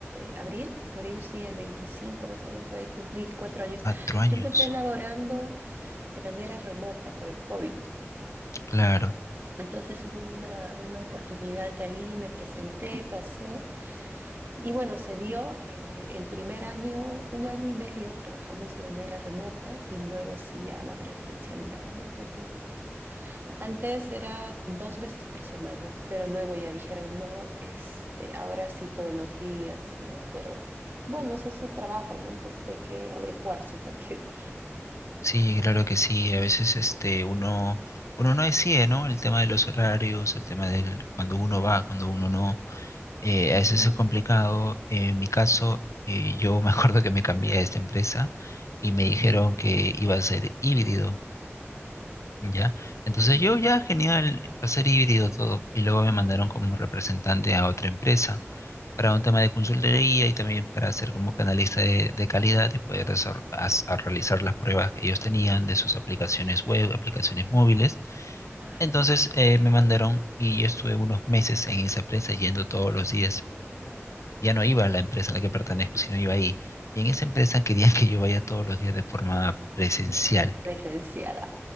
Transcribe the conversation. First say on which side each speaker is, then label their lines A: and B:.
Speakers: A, on the right (about 50°); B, on the left (about 80°).
A: abril, abril sí, el 25 más o menos por ahí, cumplí cuatro años.
B: Cuatro años.
A: Yo empecé laborando de manera remota por el COVID.
B: Claro,
A: Entonces hubo una, una oportunidad ahí, me presenté, pasé y bueno, se dio eh, el primer año, un año y medio trabajamos de manera remota y luego sí a la presencialidad, ¿no? Entonces, antes era dos veces por semana, pero luego ya dijeron, no, este, ahora sí todos los días, ¿no? Pero bueno, es así el trabajo, ¿no? Entonces hay que adecuarse también. <laughs>
B: sí, claro que sí. A veces este, uno, uno no decide, ¿no? El tema de los horarios, el tema del cuando uno va, cuando uno no. Eh,
A: Ujú,
B: a veces es complicado. En mi caso, eh, yo <laughs> me acuerdo que me cambié a esta empresa y me dijeron
A: ujú,
B: que iba a ser híbrido, ¿ya? Entonces
A: ujú.
B: yo ya, genial, va a ser híbrido todo. Y luego me mandaron como representante a otra empresa para un tema de consultoría y también para ser como canalista de, de calidad y poder desar- as- a realizar las pruebas que ellos tenían de sus aplicaciones web, aplicaciones móviles.
A: Ajá.
B: Entonces eh, me mandaron y yo estuve unos meses en esa empresa yendo todos los días ya no iba a la empresa a la que pertenezco, sino iba ahí. Y en esa empresa querían que yo vaya todos los días de forma presencial.
A: Presencial,